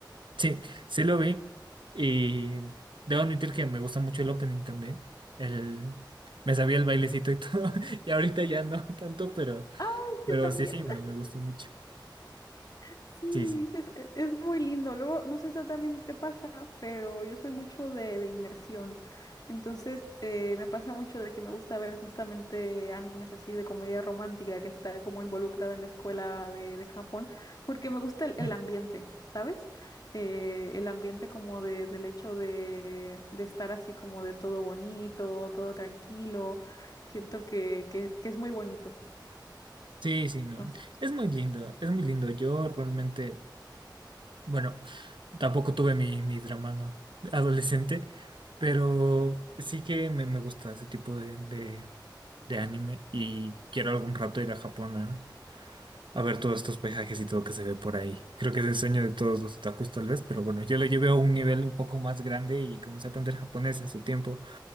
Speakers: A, on the right (about 80°); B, on the left (about 50°).
A: Sí, sí lo vi y debo admitir que me gusta mucho el opening también. El, me sabía el bailecito y todo, <laughs> y ahorita ya no tanto, pero,
B: <laughs>
A: pero
B: Yo también.
A: sí, sí, me, me gustó mucho.
B: Sí,
A: Sí, sí.
B: es, e- es muy lindo. Luego, no sé si también te pasa, pero yo soy mucho de, de inmersión. Entonces, eh, me pasa mucho de que me gusta ver justamente animes así de comedia romántica que está como involucrada en la escuela de, de Japón, porque me gusta el, el
A: <laughs>
B: ambiente, ¿sabes? Eh, el ambiente como de, del hecho de, de estar así como de todo bonito, todo tranquilo. Siento que, que, que es muy bonito.
A: Sí, sí, no.
B: no
A: Es muy lindo, es muy lindo. Yo realmente... Bueno, tampoco tuve mi, mi drama, ¿no? Adolescente, pero sí que me, me gusta ese tipo de, de, de anime y quiero algún rato ir a Japón a, a ver todos estos paisajes y todo que se ve por ahí. Creo que es el sueño de todos los otakus tal vez, pero bueno, yo lo llevé a un nivel un poco más grande y comencé a aprender japonés en su tiempo.